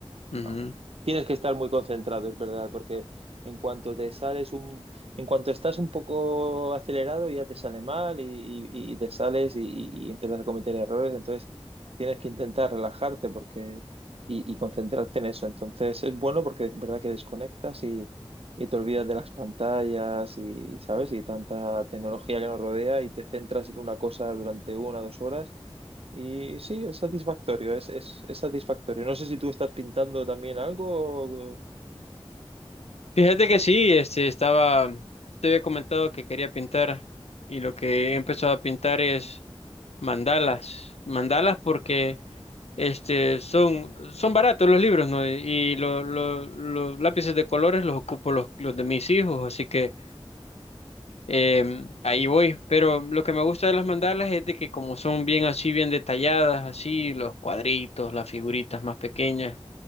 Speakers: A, on the right; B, on the left.
A: No.
B: ujú.
A: Tienes que estar muy concentrado, es verdad, porque en cuanto te sales un, en cuanto estás un poco acelerado, ya te sale mal y, y- y te sales y, y- y empiezas a cometer errores. Entonces tienes que intentar relajarte porque y, y concentrarte en eso. Entonces es bueno porque es verdad que desconectas y, y te olvidas de las pantallas y, ¿sabes? Y tanta tecnología que nos rodea y te centras en una cosa durante una o dos horas y sí, es satisfactorio, es, es, es satisfactorio. No sé si tú estás pintando también algo. o-
B: Fíjate que sí, este estaba, te había comentado que quería pintar y lo que he empezado a pintar es mandalas, mandalas porque este son son baratos los libros, ¿no? Y lo- lo- los lápices de colores los ocupo los, los de mis hijos, así que em, ahí voy. Pero lo que me gusta de las mandalas es de que como son bien así, bien detalladas, así los cuadritos, las figuritas más pequeñas,